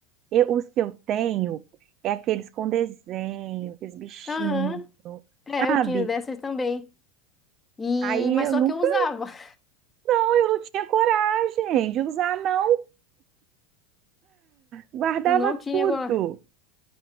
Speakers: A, on the right; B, on the left.
A: Eu, os que eu tenho é aqueles com desenho, aqueles bichinhos,
B: Aham, É,
A: sabe?
B: eu tinha dessas também. E,
A: Aí
B: mas
A: eu
B: só
A: nunca,
B: que eu usava. <laughs>
A: não, eu não tinha coragem de usar, não. Guardava
B: Tu não tinha
A: tudo.
B: agora.